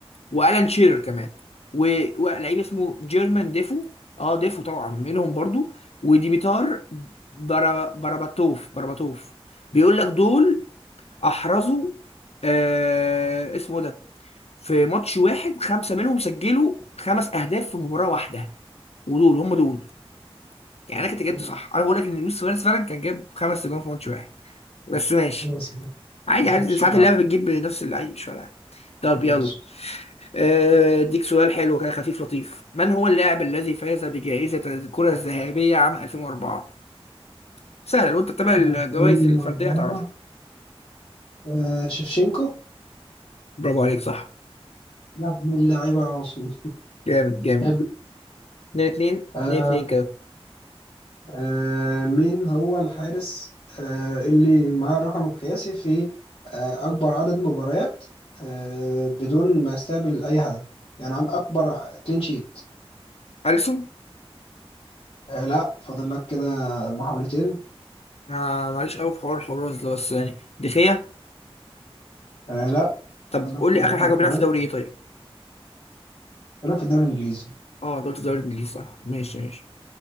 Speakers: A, on the left; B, on the left.
A: والان شيرر كمان و- ولعيب اسمه جيرمان ديفو اه ديفو طبعا منهم برضو وديميتار برا براباتوف براباتوف بيقول لك دول احرزوا آه اسمه ده في ماتش واحد خمسه منهم سجلوا خمس اهداف في مباراه واحده ودول هم دول يعني انا كنت جبت
B: مم.
A: صح انا بقول لك ان لويس سواريز فعلا كان جاب خمس اجوان في ماتش واحد بس ماشي
B: خلاص
A: عادي
B: ماشي
A: عادي ساعات اللعبة بتجيب نفس اللعيب مش فارقة طب
B: ماشي
A: يلا آه، اديك سؤال حلو كده خفيف لطيف من هو اللاعب الذي فاز بجائزة الكرة الذهبية عام 2004 سهلة لو انت بتتابع الجوائز
B: يلا. من
A: الفردية
B: الأربعة
A: هتعرفها
B: آه شفشنكو
A: برافو عليك صح
B: يا ابن اللعيبة يا عاصم
A: جامد جامد
B: يا
A: اتنين اتنين
B: ابني
A: اتنين اتنين كده
B: آه، مين هو الحارس آه، اللي معاه الرقم القياسي في آه، أكبر عدد مباريات آه، بدون ما يستقبل أي هدف يعني عم أكبر كلين شيت
A: ألسن
B: آه، لا فاضل لك كده محاولتين
A: آه معلش قوي في حوار الحراس ده بس يعني دخية
B: آه، لا
A: طب
B: فاضل لك
A: قول لي
B: محاولة
A: آخر حاجة
B: كمان
A: بيلعب في دوري ايه طيب
B: فاضل لك في الدوري الإنجليزي
A: اه دوري الدوري الإنجليزي صح ماشي ماشي